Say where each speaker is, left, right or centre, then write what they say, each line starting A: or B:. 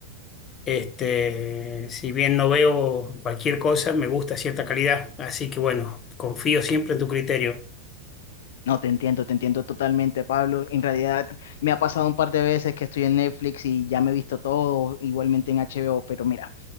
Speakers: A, on the left; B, on the left.
A: Este, si bien no veo cualquier cosa, me gusta cierta calidad. Así que bueno, confío siempre en tu criterio.
B: No, te entiendo, te entiendo totalmente, Pablo. En realidad me ha pasado un par de veces que estoy en Netflix y ya me he visto todo, igualmente en HBO, pero mira,